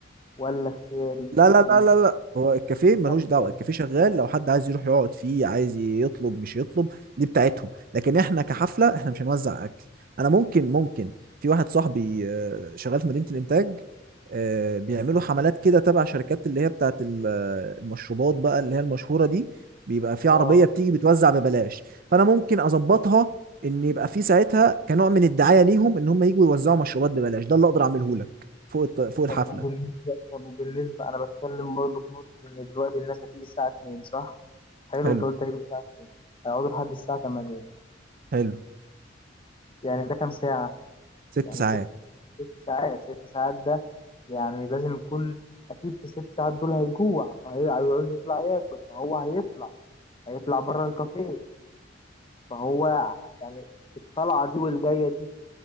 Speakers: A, on the left (about 30°); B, on the right (about 50°).
A: ولا اختياري
B: لا لا
A: معيش
B: لا لا لا هو الكافيه ملوش
A: مثلا
B: دعوه الكافيه شغال لو حد عايز يروح يقعد فيه عايز يطلب مش يطلب دي بتاعتهم لكن احنا كحفله احنا مش هنوزع اكل انا ممكن ممكن في واحد صاحبي آه، شغال في مدينه الانتاج آه، بيعملوا حملات كده تبع شركات اللي هي بتاعت ال- آه، المشروبات بقى اللي هي المشهوره دي بيبقى في عربيه
A: اه
B: بتيجي بتوزع ببلاش فانا ممكن اظبطها ان يبقى في ساعتها كنوع من الدعايه ليهم ان هم يجوا يوزعوا مشروبات ببلاش ده اللي اقدر اعمله لك فوق الط- فوق الحفله
A: طب وبالنسبة طب وبالنسبة أنا بتكلم برضه في نقطة إن دلوقتي الناس هتيجي الساعة 2 صح؟ حلو
B: حلو
A: أنت قلت هيجي الساعة 2 هيقعدوا لحد الساعة 8
B: حلو
A: يعني ده كام ساعة؟
B: ست
A: يعني
B: ساعات
A: سكة ست ساعات ست ساعات ده يعني لازم يكون أكيد في الست ساعات دول هيجوع فهيعوز يطلع ياكل فهو هيطلع هيطلع بره الكافيه فهو يعني الطلعة دي والجاية دي